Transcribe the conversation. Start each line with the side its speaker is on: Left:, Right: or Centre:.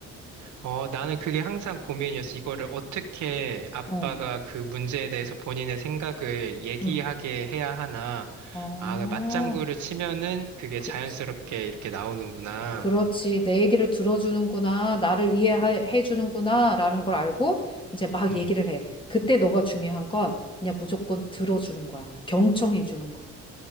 Right: 어, 나는 그게 항상 고민이었어. 이거를 어떻게 아빠가
Left: 어.
Right: 그 문제에 대해서 본인의 생각을 얘기하게
Left: 음.
Right: 해야 하나.
Left: 어,
Right: 아, 그 맞장구를 치면은 그게
Left: 그치.
Right: 자연스럽게 이렇게 나오는구나.
Left: 그렇지. 내 얘기를 들어주는구나. 나를 이해해 주는구나. 라는 걸 알고 이제 막
Right: 어.
Left: 얘기를 해. 그때 너가 중요한 건 그냥 무조건 들어주는 거야. 경청해 주는 거.